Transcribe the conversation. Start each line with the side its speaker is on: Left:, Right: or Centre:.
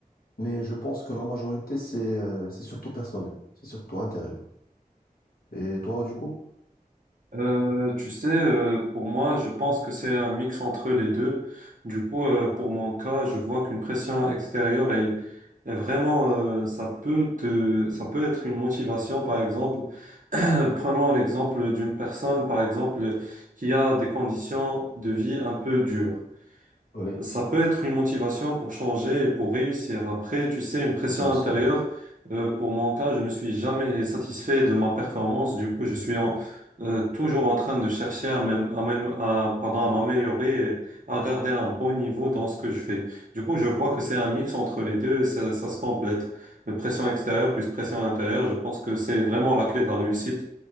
Left: mais je pense que la majorité, c'est euh, c'est surtout personnel, c'est surtout intérieur. Et toi, du coup?
Right: Euh, tu sais, euh, pour moi, je pense que c'est un mix entre les deux. Du coup, euh, pour mon cas, je vois qu'une pression extérieure est, est vraiment, euh, ça peut te, ça peut être une motivation, par exemple, <clears throat> Prenons l'exemple d'une personne, par exemple, qui a des conditions de vie un peu dures.
Left: Oui,
Right: Ça peut être une motivation pour changer et pour réussir. Après, tu sais, une pression
Left: bien
Right: intérieure,
Left: sûr,
Right: euh, pour mon cas, je ne suis jamais satisfait de ma performance. Du coup, je suis en- euh, toujours en train de chercher à même, à même, à, pardon, à m'améliorer et à garder un bon niveau dans ce que je fais. Du coup, je vois que c'est un mix entre les deux et ça, ça se complète. Le pression extérieure plus pression intérieure, je pense que c'est vraiment la clé de la réussite